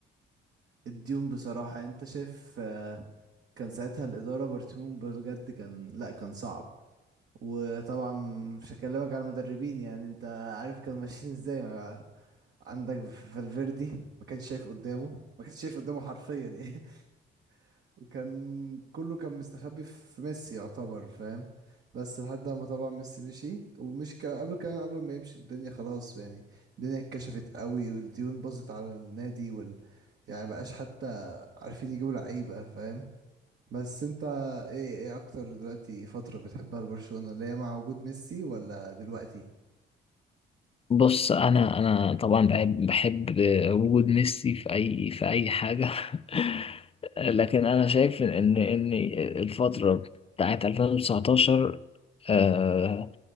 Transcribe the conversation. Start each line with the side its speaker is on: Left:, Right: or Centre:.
Right: الديون بصراحة انت شايف آه، كان ساعتها الإدارة برشلونة بجد كان لا كان صعب وطبعا مش هكلمك على المدربين يعني انت عارف كانوا ماشيين ازاي ما عندك فالفيردي ما كانش شايف قدامه ما كانش شايف قدامه حرفيا يعني <laughs> وكان كله كان مستخبي في ميسي يعتبر فاهم بس لحد ما طبعا ميسي مشي ومش كان قبل كمان قبل ما يمشي الدنيا خلاص يعني الدنيا اتكشفت قوي والديون باظت على النادي وال يعني مبقاش حتى عارفين يجيبوا لعيبة فاهم بس انت ايه ايه اكتر دلوقتي فترة بتحبها لبرشلونة اللي هي مع وجود ميسي ولا دلوقتي
Left: بص انا انا طبعا بحب بحب وجود ميسي في اي في اي حاجه <laughs> لكن انا شايف ان ان الفتره بتاعت 2019 آه،